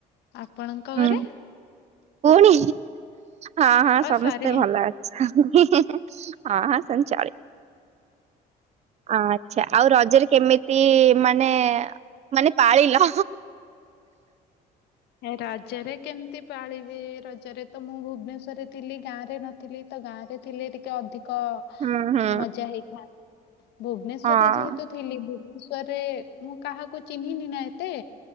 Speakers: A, on the left (about 80°); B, on the right (about 40°).
A: ଆପଣଙ୍କ
B: ହୁଁ
A: ଘରେ।
B: ପୁଣି। ହଁ ହଁ
A: ଓ
B: ସମସ୍ତେ
A: ସରି
B: ଭଲ ଅଛ ହିଁ ହିଁ। ଏ <unintelligible> ହଁ ହଁ ସେମିତି ଚାଲେ ଆ ଆଛା ଆଉ ରଜରେ କେମିତି। ମାନେ ମାନେ ପାଳିଲ।
A: ରଜରେ କେମିତି ପାଳିବି ରଜରେ ତ ମୁଁ ଭୁବନେଶ୍ଵରରେ ଥିଲି ଗାଁ ରେ ନଥିଲି ତ ଗାଁ ରେ ଥିଲେ ଟିକେ ଅଧିକ। କ
B: ହୁଁ ହୁଁ
A: ମଜା ହେଇଥାନ୍ତା। ଭୁବନେଶ୍ୱରରେ
B: ହଁ ଆଚ୍ଛା
A: ଯେହେତୁ ଥିଲି ଭୁ। ଭୁଷରେ ମୁଁ କାହାକୁ ଚିହ୍ନିନି ନା ଏତେ।